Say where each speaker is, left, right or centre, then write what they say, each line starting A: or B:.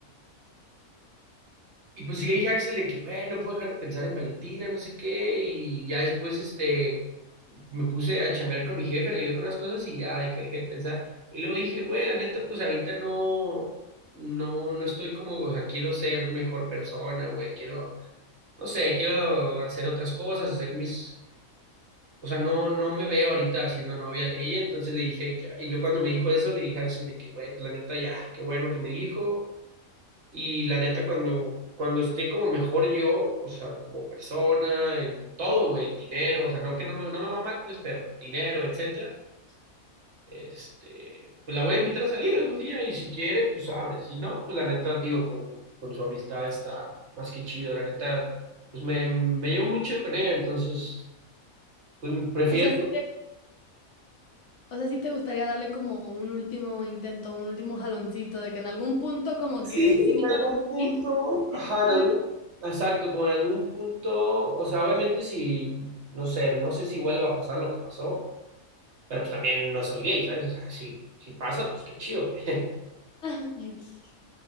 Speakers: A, on the right; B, on the left.
A: Y pues sí le dije a Axel de que, güey, no puedo dejar de pensar en Valentina, no sé qué, y ya después, este, me puse a chambear con mi jefe, le ayudó con las cosas y ya, de que dejé de pensar. Y luego dije, güey, la neta, pues ahorita no, no, no estoy como, o sea, quiero ser mejor persona, güey, quiero, no sé, quiero hacer otras cosas, hacer mis, o sea, no, no me veo ahorita siendo novia de ella, entonces le dije, que- y luego cuando me dijo eso, le dije a Axel de que, güey, pues la neta, ya, qué bueno que me dijo, y la neta, cuando, cuando esté como mejor yo, o sea, como persona, en todo, güey, en dinero, o sea, no que no me, no me va mal, pues, pero en dinero, etcétera, este, pues la voy a invitar a salir algún día y si quiere, pues abre. Si no, pues la neta, digo, con, con su amistad está más que chido, la neta, pues me, me llevo muy chido con ella, entonces, pues prefiero.
B: O sea, sí O sea, sí te gustaría darle como un último intento, un último jaloncito, de que en algún punto como
A: Sí,
B: que
A: en
B: sí invitarlos
A: algún
B: a
A: punto,
B: ir directamente.
A: ajá, en algún, exacto, como en algún punto, o sea, obviamente si, no sé, no sé si vuelva a pasar lo que pasó, pero pues también no soy gay, ¿sabes? O sea, si, si pasa, pues qué chido, güey. <laughs>
B: <laughs> X.